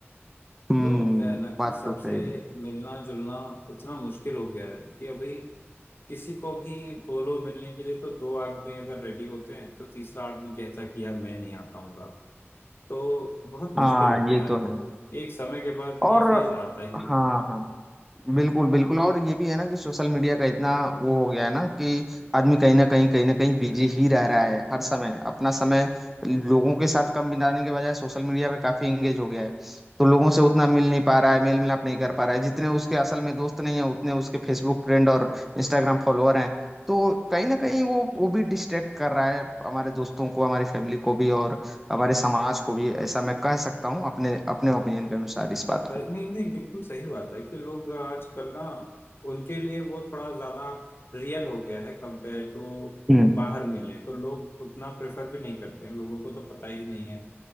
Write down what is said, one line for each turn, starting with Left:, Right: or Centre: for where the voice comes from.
Centre: हम्म
Left: तो क्या है ना
Centre: बात
Left: कि सबसे
Centre: तो सही है।
Left: मिलना जुलना इतना मुश्किल हो गया है कि अभी किसी को भी बोलो मिलने के लिए तो दो आदमी अगर रेडी होते हैं तो तीसरा आदमी कहता है कि यार मैं नहीं आ पाऊंगा तो बहुत मुश्किल
Centre: हाँ
Left: हो गया
Centre: ये तो
Left: है
Centre: है
Left: एक समय के बाद
Centre: और
Left: ये फेज आता ही
Centre: हाँ
Left: है
Centre: हाँ बिल्कुल बिल्कुल और ये भी है ना कि सोशल मीडिया का इतना वो हो गया है ना कि आदमी कहीं ना कहीं कहीं ना कहीं बिजी ही रह रहा है हर समय अपना समय लोगों के साथ कम बिताने के बजाय सोशल मीडिया पे काफी एंगेज हो गया है तो लोगों से उतना मिल नहीं पा रहा है मेल मिलाप नहीं कर पा रहा है जितने उसके असल में दोस्त नहीं है उतने उसके फेसबुक फ्रेंड और इंस्टाग्राम फॉलोअर हैं तो कहीं ना कहीं वो वो भी डिस्ट्रैक्ट कर रहा है हमारे दोस्तों को हमारी फैमिली को भी और हमारे समाज को भी ऐसा मैं कह सकता हूँ अपने अपने ओपिनियन के अनुसार इस बात
Left: पर
Centre: को
Left: नहीं नहीं बिल्कुल सही बात है कि लोग आजकल ना उनके लिए वो थोड़ा ज्यादा रियल हो गया है कंपेयर टू
Centre: हम्म
Left: बाहर मिले तो लोग उतना प्रेफर भी नहीं करते हैं लोगों को तो पता ही नहीं है